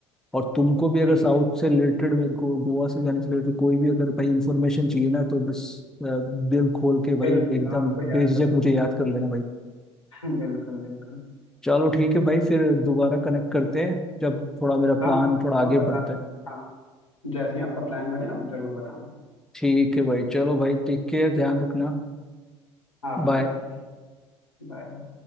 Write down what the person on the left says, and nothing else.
ठीक
है
बिल्कुल
आपको याद
करो <laughs> बिल्कुल बिल्कुल
हाँ हाँ
और
बताना
हाँ जैसे ही आपका प्लान बने आप जरूर बताना
आप भी
आप भी Bye bye